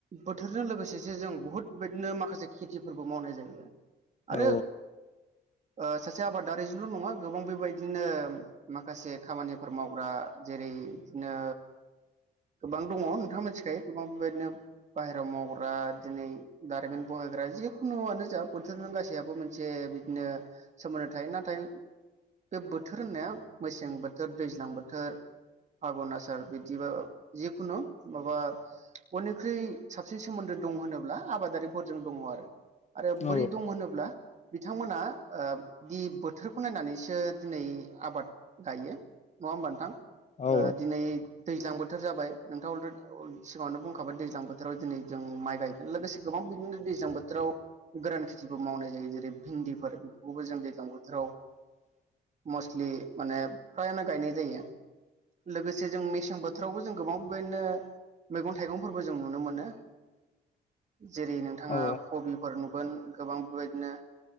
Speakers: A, on the right; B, on the left.
A: बोथोरजों लोगोसेसो जों बुहुद बेबायदिनो माखासे खेथिफोरबो मावनाय जायो।
B: औ।
A: आरो ओ सासे आबादारिजोल' नङा गोबां बेबायदिनो माखासे खामानिफोर मावग्रा जे रै इदिनो गोबां दङ' नोंथाङा मोनथिखायो गोबां बेबायदिनो बाहेराव मावग्रा दिनै दारिमिन बहाय ग्रा जिखुनुआनो जा बोथोरजों गासैयाबो मोनसे बिदिनो सोमोन्दो थायो। नाथाय बे बोथोर होननाया मेसें बोथोर दैज्लां बोथोर आघुन आसार बिदिबा जिखुनु माबा। बयनिख्रुइ साबसिन सोमोन्दो दं होनोब्ला आबादारिफोरजों दङ आरो। आरो
B: औ
A: बोरै दं होनोब्ला। बिथांमोना ओ दि बोथोरखौ नायनानैसो दिनै आबाद गायो। नआ होमबा नोंथां
B: औ
A: ओ दिनै। दैज्लां बोथोर जाबाय नोंथाङा <unintelligible> सिगाङावनो बुंखाबाय दैज्लां बोथोराव दिनै जों माइ गायगोन लोगोसे गोबां। बिदिनो दैज्लां बोथोराव गोरान खेथिबो मावनाय जायो जेरै भिन्दिफोर बेफोरखौबो जों दैज्लां बोथोराव
B: <inaudible>
A: मसलि माने फ्रायानो गायनाय जायो, लोगोसे जों मे सें बोथोरावबो जों गोबां बेबायदिनो मैगं थाइगंफोरबो जों नुनो मोनो जेरै नोंथाङा
B: औ
A: कबिफोर नुगोन गोबां बेबायदिनो